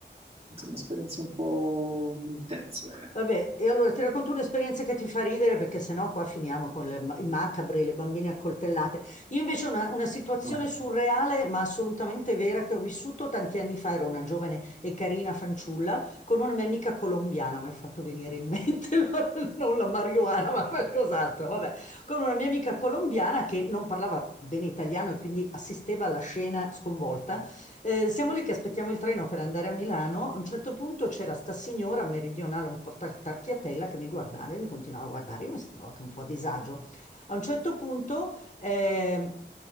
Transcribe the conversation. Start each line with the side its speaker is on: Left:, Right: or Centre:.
Right: insomma, esperienze un po' intense.
Left: Vabbè, e allora ti racconto un'esperienza che ti fa ridere perché sennò qua finiamo con le ma- i macabri, le bambine accoltellate. Io invece ho una, una situazione
Right: Eh.
Left: surreale ma assolutamente vera che ho vissuto tanti anni fa, ero una giovane e carina fanciulla con una mia amica colombiana, mi hai fatto venire in mente <laughs> la- non la marijuana ma qualcos'altro, vabbè, con una mia amica colombiana che non parlava bene italiano e quindi assisteva alla scena sconvolta. Eh, siamo lì che aspettiamo il treno per andare a Milano. A un certo punto c'era sta signora meridionale, un po' tar- tarchiatella, che mi guardava e mi continuava a guardare. Io mi sentivo anche un po' a disagio. A un certo punto eh,